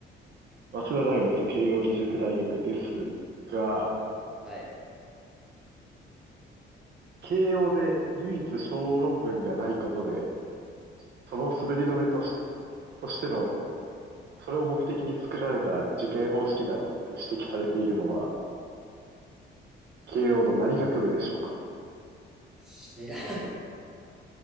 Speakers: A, on the right; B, in the centre.
A: 早稲田大学と慶応義塾大学ですが、
B: はい。
A: 慶応で唯一小論文がないことで、その滑り止めとし、としてのそれを目的に作られた受験方式だろうって指摘されているのは、慶応の何学部でしょうか
B: 知らん。